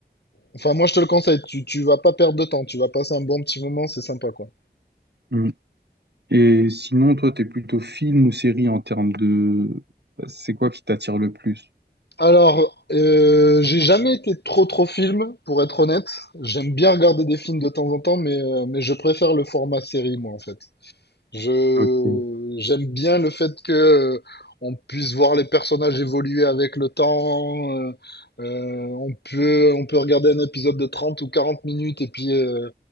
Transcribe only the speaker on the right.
Mm. Et sinon, toi, t'es plutôt film ou série en termes de... C'est quoi qui t'attire le plus?
Ok,